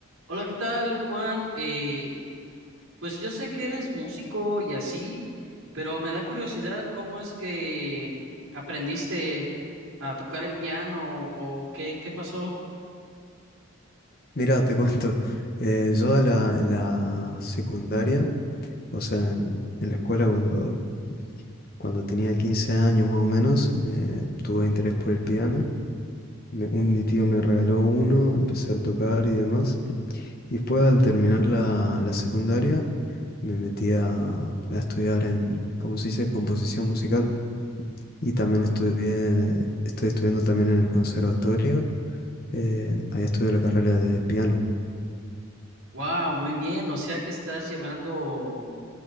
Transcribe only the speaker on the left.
Mira, te cuento, eh, yo a la- en la secundaria, o sea, en, en la escuela cuando, cuando tenía 15 años más o menos, me tuve interés por el piano. Me- un, mi tío me regaló uno, empecé a tocar y demás. Y después al terminar la, la secundaria, me metí a, a estudiar en, ¿cómo se dice?, composición musical. Y
también estudié, estoy estudiando también en el conservatorio, eh, ahí estudio la carrera de piano.